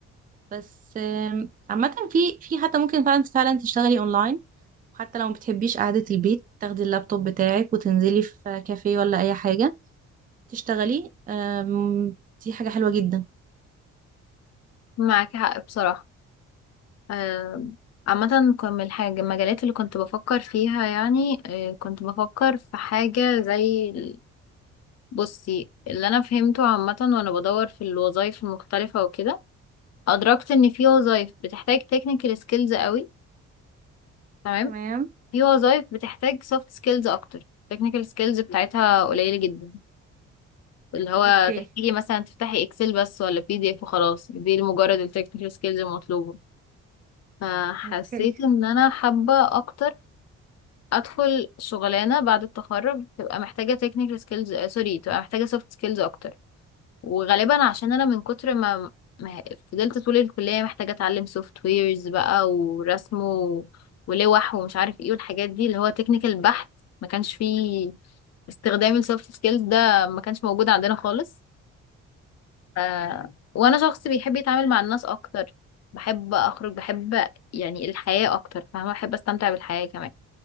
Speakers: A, on the right (about 30°); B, on the left (about 55°).
A: بس آم، عامة في في حتى ممكن فعلا فعلا تشتغلي اونلاين حتى لو ما بتحبيش قعدة البيت تاخدي اللابتوب بتاعك وتنزلي في كافيه ولا اي حاجة تشتغلي آم، دي حاجة حلوة جدا
B: معاك حق بصراحة آم، عامة كان من الحاجة المجالات اللي كنت بفكر فيها يعني آه، كنت بفكر في حاجة زي ال- بصي اللي أنا فهمته عامة وأنا بدور في الوظائف المختلفة وكده أدركت إن في وظائف بتحتاج technical skills قوي تمام
A: تمام
B: في وظائف بتحتاج سوفت سكيلز اكتر التكنيكال سكيلز بتاعتها قليلة جدا اللي هو
A: اوكي
B: تحتاجي مثلا تفتحي اكسل بس ولا بي دي اف وخلاص دي مجرد التكنيكال سكيلز المطلوبة فحسيت
A: اوكي
B: ان انا حابة اكتر ادخل شغلانة بعد التخرج تبقى محتاجة تكنيكال سكيلز سوري تبقى محتاجة سوفت سكيلز اكتر وغالبا عشان انا من كتر ما ما فضلت طول الكلية محتاجة اتعلم سوفت ويرز بقى ورسم و- ولوح ومش عارف ايه والحاجات دي اللي هو تكنيكال بحت ما كانش فيه استخدام السوفت سكيلز ده ما كانش موجود عندنا خالص ف... وانا شخص بيحب يتعامل مع الناس اكتر بحب اخرج بحب يعني الحياة اكتر فاهمة بحب استمتع بالحياة كمان